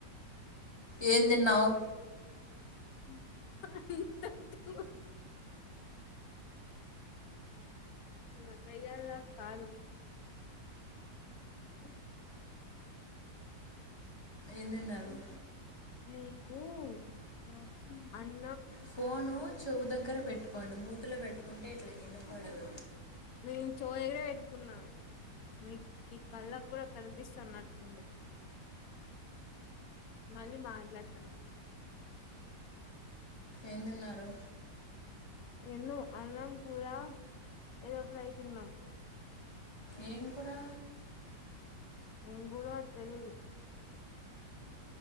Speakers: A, on the left (about 35°); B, on the left (about 70°).
A: ఏం తిన్నావు
B: అ నందయ్యాలలా కాలం ఉ
A: ఏందిన్నారు
B: ఊ
A: ఫోను చెవు దగ్గర పెట్టుకోండి మూతులో పెట్టుకుంటే ఇట్లా ఏ వాడదు
B: నేను చూదగరే పెట్టుకున్నాను మీకు కళ్ళకు కూడా కనిపిస్తున్నట్డి మళ్ళీ మాట్లాడతాను
A: ఏందిన్నారు
B: ఎ అన్నం కూర ఏదో ప్రయతుం
A: ఏం కూడాడా
B: నిం గ ఊరు వతది ఇ